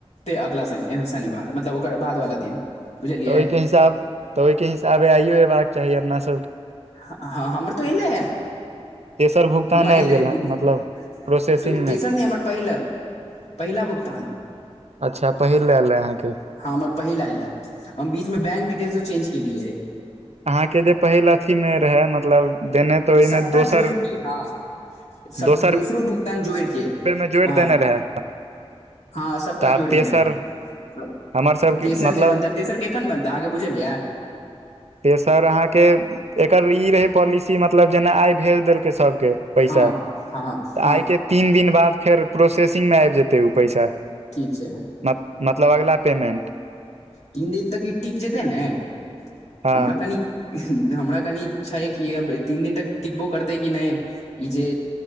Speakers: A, on the left (about 80°); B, on the right (about 80°).
A: ते अगला शनि शनिवार मतलब ओकर बाद वाला दिन बुझलियै
B: तऽ ओइकेँ हिसाब तऽ ओइकेँ हिसाबे आइयो ऐबाक चाही अपना सभ केँ
A: <unintelligible> हमर तऽ ऐले
B: तेसर भुगतान
A: हमर
B: आबि
A: एलै
B: गेल हँ मतलब
A: <inaudible>
B: प्रोसेसिंग मे
A: तेसर नै हमर पैहिलन <inaudible> पहिला भुगतान
B: अच्छा पहिल लेल रहै अहाँ केँ
A: हँ हमर पहिला ऐल अ है हम बीच में बैंक डिटेलसो चेंज केलियै
B: अहाँकेँ जे पहिल अथी में रहे मतलब देने तऽ ओहिमे
A: सपटा
B: दोसर
A: जोड़ की हँ सब
B: दोसर
A: दोसरो भुगतान जोड़ केँ
B: बेर मे जोड़ि
A: हँ
B: देने रहै
A: हँ सबटा
B: तऽ आब
A: जोड़ देने
B: तेसर
A: रहैै
B: हमर सबके
A: <inaudible> तेसर
B: मतलब
A: जे बदे तेसर केँ कखनै बनतै अहाँ बुझलियै
B: हे ओ सर अहाँ केँ एकर ई रहे पॉलिसी मतलब जेना आइब भेज देलकै सब केँ पैसा
A: हँ हँ
B: <inaudible>
A: हँ
B: आइ केँ तीन दिन बाद फेर प्रोसेसिंग में आइब जेतै ओ पैसा
A: ठीक छै
B: मत मतलब अगला पेमेन्ट
A: तीन दिन तक ई टिक जेतै ने
B: हँ
A: <inaudible> हमरा कनि हमरा कनि छै कि तीन दिन तक टिकबो करतै कि नै ई जे